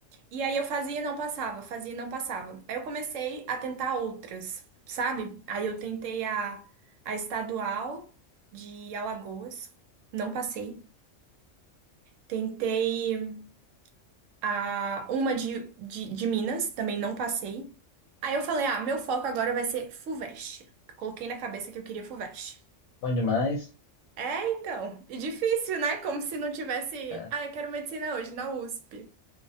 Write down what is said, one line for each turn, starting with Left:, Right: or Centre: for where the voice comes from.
Right: E aí eu fazia e não passava, fazia e não passava. Aí eu comecei a tentar outras, sabe? Aí eu tentei a, a estadual de Alagoas, não passei. Tentei a uma de, de, de Minas, também não passei. Aí eu falei, ah, meu foco agora vai ser FUVEST. Coloquei na cabeça que eu queria FUVEST.
Left: bom demais.
Right: É, então, e difícil, né? Como se não tivesse,
Left: é,
Right: ah, eu quero medicina hoje, na USP.